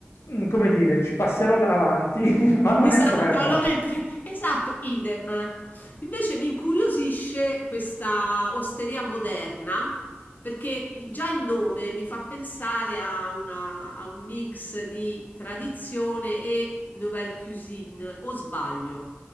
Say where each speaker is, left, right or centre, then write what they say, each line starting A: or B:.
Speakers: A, on the left; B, on the left.
A: mm, come dire, ci passerò davanti, <laughs> ma non
B: Esatto,
A: entrerò.
B: non è tre- esatto, idem. Invece mi incuriosisce questa osteria moderna perché il- già il nome mi fa pensare a, una- a un mix di tradizione e nouvelle cuisine, o sbaglio?